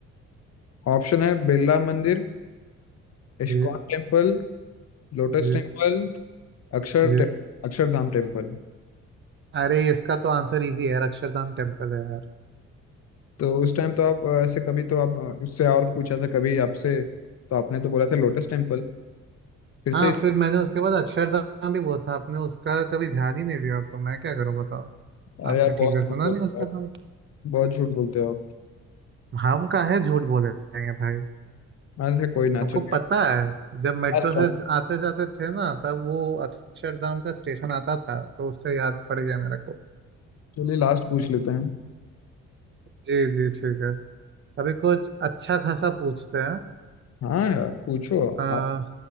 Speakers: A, on the left; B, on the right.
A: ऑप्शन है बिरला मंदिर ISKCON
B: जी
A: temple lotus
B: जी
A: temple Akshar
B: जी
A: टे, अक्षरधाम टेम्पल
B: अरे इसका तो आंसर इजी है यार, अक्षरधाम टेम्पल है यार
A: तो उस टाइम तो आप अ, ऐसे कभी तो आप अ, उससे और पूछा था कभी आपसे तो आपने तो बोला था लोटस टेम्पल फिर से
B: हाँ फिर मैंने उसके बाद अक्षरधाम भी बोला था आपने उसका कभी ध्यान ही नहीं दिया तो मैं क्या करूँ बताओ
A: अरे
B: आपने
A: आप
B: ठीक
A: बहुत
B: से
A: झूठ
B: सुना
A: बोलते
B: नहीं उसके
A: हो आप
B: बाद
A: बहुत झूठ बोलते हो आप
B: हम का है झूठ बोलेंगे भाई
A: अरे कोई ना
B: हमको
A: चलिए
B: पता है जब मेट्रो
A: लास्ट राउंड
B: से आते जाते थे ना तब वो अक्षरधाम का स्टेशन आता था तो उससे याद पड़ गया मेरे को
A: चलिए लास्ट पूछ लेते हैं
B: जी जी ठीक है अभी कुछ अच्छा खासा पूछते हैं
A: हाँ यार पूछो
B: आ,
A: आप